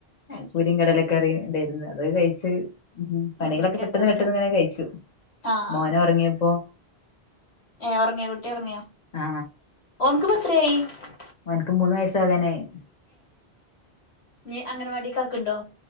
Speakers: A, on the left; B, on the left.
A: അത്
B: പൂരി
A: ശരി
B: കടലക്കറിയും ഉണ്ടായിരുന്നു അത് കഴിച്ച്
A: അങ്ങനെ
B: പണികളൊക്കെ
A: ഇരിക്കാക്കാരല്ലേ
B: പെട്ടെന്ന് പെട്ടന്ന് ഇങ്ങനെ കഴിച്ചു
A: ആഹ്
B: മോന ഉറങ്ങിയപ്പോൊ
A: ഏഹ് ഉറങ്ങിയോ കുട്ടി ഉറങ്ങിയോ
B: ആ
A: <inaudible>
B: അവനക്ക് മൂന്ന് വയസാകാനായി
A: നീഅംഗനവാടി കാക്കുണ്ടോ